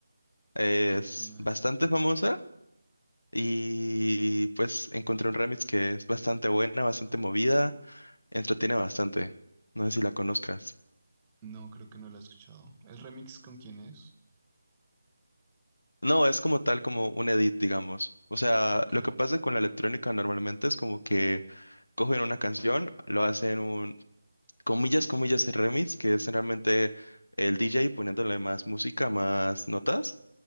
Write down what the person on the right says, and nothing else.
Love Tonight.
No, creo que no la he escuchado. ¿El remix con quién es?
Ok.